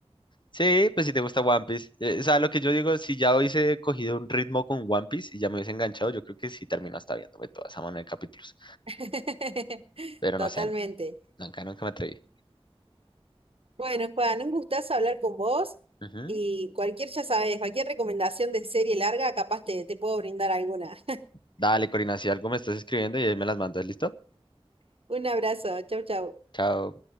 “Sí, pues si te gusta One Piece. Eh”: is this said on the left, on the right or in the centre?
Left